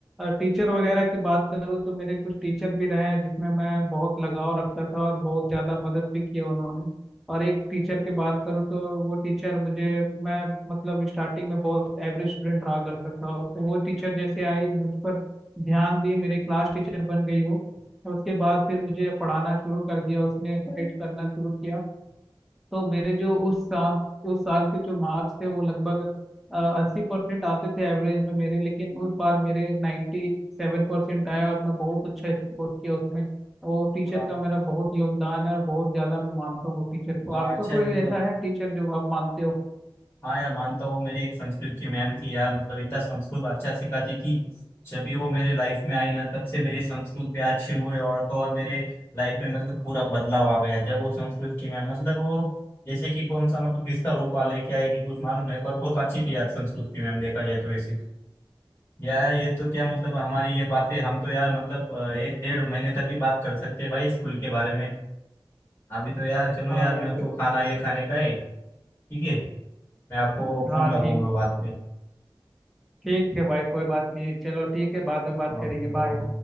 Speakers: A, in the centre; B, on the left.
A: टीचर वगैरह की बात करूँ तो मेरे कुछ टीचर भी रहे हैं जिसमें मैं बहुत लगाव रखता था और बहुत ज़्यादा मदद भी किया उन्होंने और एक टीचर की बात करूँ तो वो टीचर मुझे मैं मतलब स्टार्टिंग में बहुत एवरेज स्टूडेंट रहा करता था तो वो टीचर जैसे आई मुझ पर ध्यान दी मेरी क्लास टीचर बन गई वो और उसके बाद फिर मुझे पढ़ाना शुरू कर दिया उसने गाइड करना शुरू किया तो मेरे जो उस साल उस साल के जो मार्क्स थे वो लगभग अस्सी परसेंट आते थे एवरेज में मेरे लेकिन उस बार मेरे नाइन्टी सेवन परसेंट आए और मैं बहुत अच्छा स्कोर किया उसमें वो टीचर
B: हाँ,
A: का मेरा बहुत योगदान है और बहुत ज़्यादा मैं मानता हूँ वो टीचर को
B: यार
A: आपका
B: अच्छा
A: कोई
B: है मतलब
A: ऐसा है टीचर जो आप मानते हो
B: हाँ यार मानता हूँ मेरी एक संस्कृत की मैम थी यार मतलब इतना संस्कृत अच्छा सिखाती थी जब भी वो मेरे लाइफ में आई ना तब से मेरे संस्कृत पे अच्छे हुए और तो और मेरे लाइफ में मतलब पूरा बदलाव आ गया जब वो संस्कृत की मैम मतलब वो जैसे कि कौन सा मतलब किसका रूप आ लेके आएगी कुछ मालूम नहीं पर बहुत अच्छी थी यार संस्कृत की मैम देखा जाए तो वैसे यार ये तो क्या मतलब हमारी ये बातें हम तो यार मतलब अ, एक डेढ़ महीने तक भी बात कर सकते हैं भाई स्कूल के बारे में अभी तो यार चलो
A: हाँ
B: यार
A: यार
B: मेरे को
A: बिल्कुल
B: खाना ये खाने का है ठीक है मैं आपको
A: हाँ
B: फोन लगाऊंगा
A: ठीक
B: बाद में
A: ठीक है भाई कोई बात नहीं है चलो ठीक है बाद में बात
B: कर
A: करेंगे
B: दो
A: बाय